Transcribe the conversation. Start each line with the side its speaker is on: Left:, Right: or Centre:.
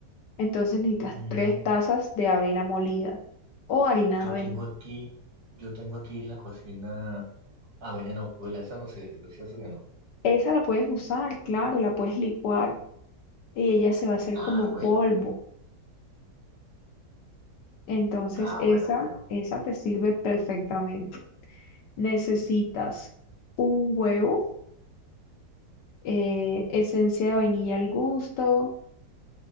Left: Entonces necesitas
Right: Mm,
Left: tres tazas de avena molida o harina
Right: yo
Left: de avena.
Right: tengo aquí, yo tengo aquí en la cocina avena en hojuelas, esa no sirve, ¿cierto que no?
Left: Esa la puedes usar, claro, la puedes licuar y ella se va a hacer
Right: Ah,
Left: como
Right: bueno,
Left: polvo. Entonces
Right: ah,
Left: esa,
Right: bueno, bueno.
Left: esa te sirve perfectamente. Necesitas un huevo, eh, esencia de vainilla al gusto,